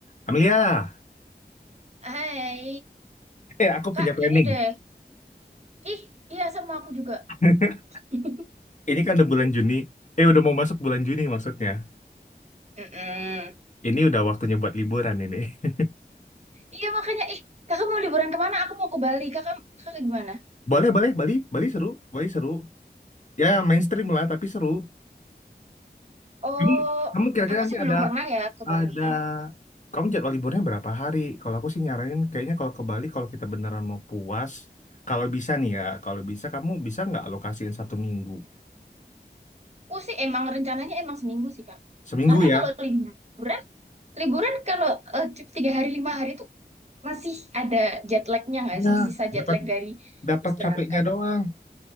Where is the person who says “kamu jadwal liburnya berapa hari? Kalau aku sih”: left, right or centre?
Left